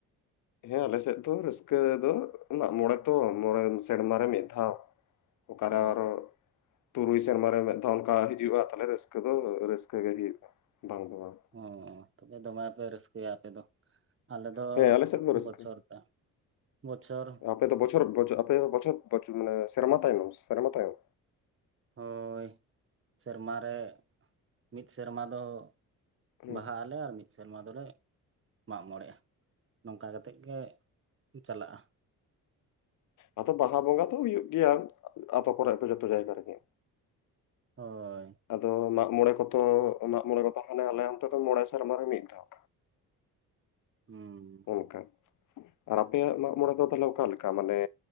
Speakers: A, on the left; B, on the right.
A: ᱦᱮᱸ ᱟᱞᱮᱥᱮᱫ ᱫᱚ ᱨᱟᱹᱥᱠᱟᱹ ᱫᱚ ᱢᱟᱜ ᱢᱚᱲᱮ ᱠᱚ ᱢᱚᱲᱮ ᱥᱮᱨᱢᱟ ᱨᱮ ᱢᱤᱫ ᱫᱷᱟᱣ᱾ ᱚᱠᱟᱨᱮ
B: ᱚ
A: ᱟᱨᱚ ᱛᱩᱨᱩᱭ ᱥᱮᱨᱢᱟ ᱨᱮ ᱢᱮᱜ ᱫᱷᱟᱣ ᱚᱱᱠᱟ ᱦᱤᱡᱩᱜᱼᱟ ᱛᱟᱦᱚᱞᱮ ᱨᱟᱹᱥᱠᱟᱹ ᱫᱚ ᱨᱟᱹᱥᱠᱟᱹ ᱜᱮ ᱦᱩᱭᱩᱜᱼᱟ ᱵᱟᱝ ᱫᱚ ᱵᱟᱝ᱾
B: ᱚ ᱛᱚᱵᱮ ᱫᱚᱢᱮ ᱯᱮ ᱨᱟᱹᱥᱠᱟᱹᱭᱟ ᱟᱯᱮ ᱫᱚ? ᱟᱞᱮ ᱫᱚ
A: ᱦᱮᱸ ᱟᱞᱮ ᱥᱮᱫ ᱫᱚ ᱨᱟᱹᱥᱠᱟᱹ
B: ᱵᱚᱪᱷᱚᱨ ᱠᱮ ᱵᱚᱪᱷᱚᱨ
A: ᱟᱯᱮ ᱫᱚ ᱵᱚᱪᱷᱚᱨ ᱵᱚᱪᱷᱚᱨ ᱢᱟᱱᱮ ᱥᱮᱨᱢᱟ ᱛᱟᱭᱱᱚᱢ ᱥᱮᱨᱢᱟ ᱛᱟᱭᱚᱢ?
B: ᱦᱳᱭ ᱥᱮᱨᱢᱟ ᱨᱮ ᱢᱤᱫ ᱥᱮᱨᱢᱟ ᱫᱚ
A: ᱦᱮᱸ
B: ᱵᱟᱦᱟᱜ ᱟᱞᱮ ᱟᱨ ᱢᱤᱫ ᱥᱮᱨᱢᱟ ᱫᱚᱞᱮ ᱢᱟᱜ ᱢᱚᱲᱮᱜᱼᱟ᱾ ᱱᱚᱝᱠᱟ ᱠᱟᱛᱮᱜ ᱜᱮ ᱪᱟᱞᱟᱜᱼᱟ᱾
A: ᱟᱫᱚ ᱵᱟᱦᱟ ᱵᱚᱸᱜᱟ ᱛᱚ ᱦᱩᱭᱩᱜ ᱜᱮᱭᱟ, ᱟᱛᱳ ᱠᱚᱨᱮ ᱫᱚ ᱡᱚᱛᱚ ᱡᱟᱭᱜᱟ ᱨᱮᱜᱮ᱾
B: ᱦᱳᱭ
A: ᱟᱫᱚ ᱢᱟᱜ ᱢᱚᱲᱮ ᱠᱚᱛᱚ ᱢᱟᱜ ᱢᱚᱲᱮ ᱠᱚ ᱫᱚ ᱦᱟᱱᱮ ᱟᱞᱮ ᱚᱱᱛᱮ ᱫᱚ ᱢᱚᱲᱮ ᱥᱮᱨᱢᱟ ᱨᱮ ᱢᱤᱫ ᱫᱷᱟᱣ᱾
B: ᱦᱩᱸ,
A: ᱚᱱᱠᱟ ᱟᱨ ᱟᱯᱮᱭᱟᱜ ᱢᱟᱜ ᱢᱚᱲᱮ ᱫᱚ ᱛᱟᱦᱞᱮ ᱚᱠᱟᱞᱮᱠᱟ ᱢᱟᱱᱮ?